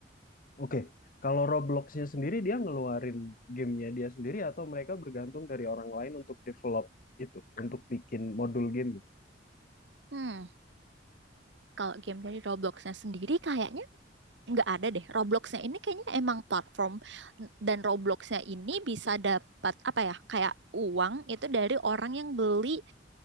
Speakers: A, on the left; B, on the right.
A: oke. Kalau Robloxnya sendiri dia ngeluarin gamenya dia sendiri atau mereka bergantung dari orang lain untuk develop itu, untuk bikin modul game.
B: Hmm, kalau game dari Robloxnya sendiri kayaknya nggak ada deh Robloxnya ini kayaknya emang platform dan Robloxnya ini bisa dapat apa ya kayak uang itu dari orang yang beli